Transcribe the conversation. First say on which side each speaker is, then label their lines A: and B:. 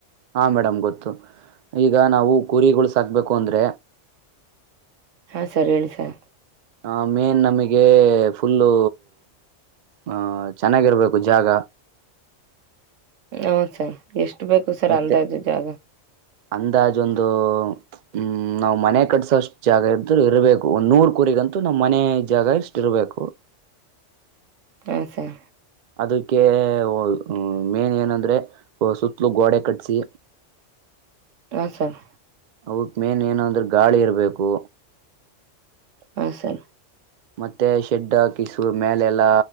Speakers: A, on the right (about 60°); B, on the right (about 80°).
A: ಹಾ ಮೇಡಮ್ ಗೊತ್ತು ಈಗ ನಾವು ಕುರಿಗಳು ಸಾಕ್ಬೇಕು ಅಂದ್ರೆ.
B: ಹಾ ಸರ್ ಹೇಳಿ ಸರ್.
A: ಆ ಮೇನ್ ನಮಗೆ ಫುಲ್ಲು ಅ ಚೆನ್ನಾಗಿರ್ಬೇಕು ಜಾಗ.
B: ಹೌದ್ ಸರ್ ಎಷ್ಟು. ಬೇಕು ಸರ್
A: ಮತ್ತೆ
B: ಅಂದಾಜು ಜಾಗ
A: ಅಂದಾಜು ಒಂದು. ಹ್ಮ್ ನಾವ್ ಮನೆ ಕಟ್ಸೋಷ್ಟು ಜಾಗ ಇದ್ರು ಇರ್ಬೇಕು ಒಂದ್ ನೂರ್ ಕುರಿಗಂತೂ ನಮ್ ಮನೆ ಜಾಗ ಇಷ್ಟು ಇರ್ಬೇಕು.
B: ಹ ಸರ್.
A: ಅದಕ್ಕೆ ಒ ಮೇನ್ ಏನಂದ್ರೆ ಸುತ್ತಲೂ ಗೋಡೆ ಕಟ್ಟ್ಸಿ.
B: ಹ ಸರ್.
A: ಅವಕ್ ಮೇನ್ ಏನು ಅಂದ್ರೆ ಗಾಳಿ ಇರಬೇಕು.
B: ಹ ಸರ್.
A: ಮತ್ತೆ ಶೆಡ್ ಹಾಕಿಸು ಮೇಲೆ ಎಲ್ಲಾ